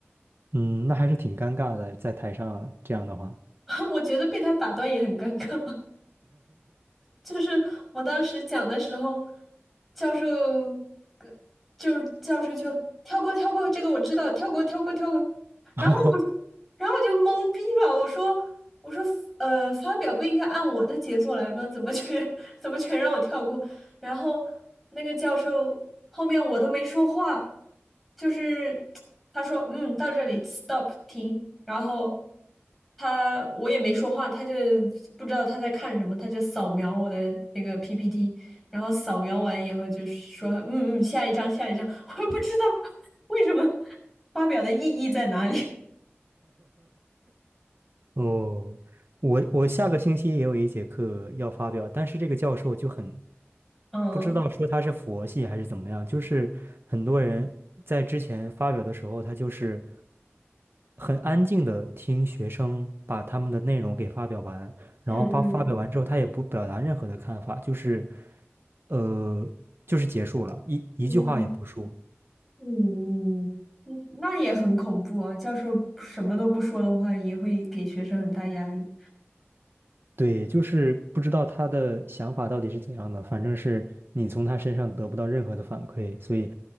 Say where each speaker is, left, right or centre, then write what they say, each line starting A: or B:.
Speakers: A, on the right; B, in the centre.
A: 嗯，那还是挺尴尬的，在台上这样的话。
B: <laughs> 我觉得被他打断也很尴尬。就是我当时讲的时候，教授，呃就是教授就跳过跳过，这个我知道，跳过跳过跳过，然后我就，
A: <laughs>
B: 然后我就懵逼了，我说我说呃，发表不应该按我的节奏来吗？怎么全 <laughs> 怎么全让我跳过？然后那个教授后面我都没说话，就是 <tsk> 他说嗯，到这里 stop 停。然后他我也没说话，他就不知道他在看什么，他就扫描我的那个 PPT，然后扫描完以后就说嗯嗯，下一张下一张，<laughs> 我不知道为什么发表的意义在哪里，
A: 哦，我我下个星期也有一节课要发表，但是这个教授就很
B: 嗯。
A: 不知道说他是佛系还是怎么样，就是很多人在之前发表的时候，他就是很安静的听学生把他们的内容给发表完，然后发发表完之后，
B: 嗯嗯
A: 他也不表达任何的看法，就是呃，就是结束了，一一句话也不说。
B: 嗯，嗯那也很恐怖啊！教授什么都不说的话，也会给学生很大压力。
A: 对，就是不知道他的想法到底是怎样的，反正是你从他身上得不到任何的反馈，所以